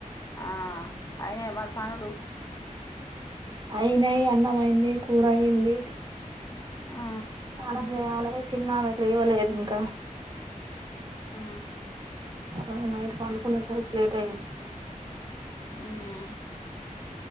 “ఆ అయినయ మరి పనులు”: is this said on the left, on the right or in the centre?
Left